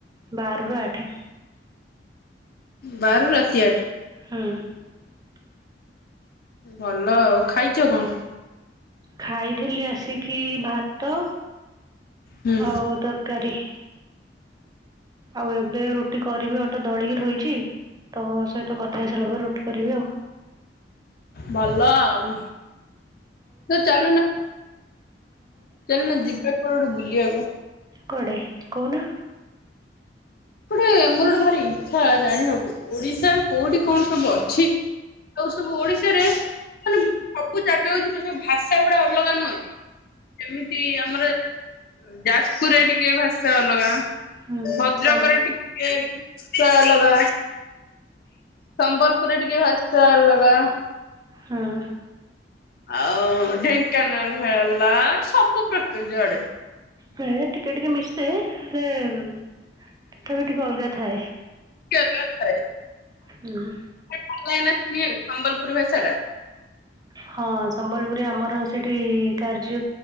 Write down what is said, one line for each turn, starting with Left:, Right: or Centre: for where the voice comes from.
Right: ବାରରୁ ଆଠେ।
Left: ବାର ରୁ ରାତି ଆଠେ।
Right: ହୁଁ।
Left: ଭଲ ଆଉ ଖାଇଛ କଣ?
Right: ଖାଇଥିଲି ଆସିକି ଭାତ
Left: ହୁଁ
Right: ଆଉ ତରକାରି। ଆଉ ଏବେ ରୁଟି କରିବି ଅଟା ଦଳିକି ଥୋଇଛି। ତମୋ ସହିତ କଥା ହେଇସାରିଲା ପରେ ରୁଟି କରିବି ଆଉ।
Left: ଭଲ ଆଉ ତ ଚାଲୁ ନା ଚାଲୁ ନ ଯିବା କୁଆଡ଼େ ଗୋଟେ ବୁଲିବାକୁ।
Right: କୁଆଡ଼େ କହୁନ?
Left: ଗୋଟେ ମୋର ଗୋଟେ ଭାରି ଇଚ୍ଛା ଜାଣିବାକୁ ଓଡିଶା କୋଉଠି କଣ ସବୁ ଅଛି? ଯୋଉ ସବୁ ଓଡି ଚେ ରେ ମାନେ ସବୁ ଜାଗା ହଉଛି ସବୁ ଭାଷା ଗୁଡା ଅଲଗା ନୁହଁ କି। ଏମିତି ଆମର ଯାଜପୁରରେ ଟିକେ ଭାଷା ଅଲଗା।
Right: ହୁଁ।
Left: ଭଦ୍ରକରେ ଟିକେ ଭାଷା ଅଲଗା। ସମ୍ବଲପୁରରେ ଟିକେ ଭାଷା ଅଲଗା।
Right: ହୁଁ।
Left: ଆଉ ଢେଙ୍କାନାଳ ହେଲା ସବୁ ପ୍ରକାର ଯୁଆଡ଼େ ବି।
Right: ହେଁ ଟିକେ ଟିକେ ମିଶେ ହେଲେ ତଥାପି ଟିକେ ଅଲଗା ଥାଏ।
Left: ଥାଏ।
Right: ହୁଁ।
Left: ଭଲ ଲାଗେନା ଶୁଣିବାକୁ ସମ୍ବଲପୁରି ଭାଷାଟା।
Right: ହଁ ସମ୍ବଲପୁରରେ ଆମର ସେଠି କାର୍ଯ୍ୟ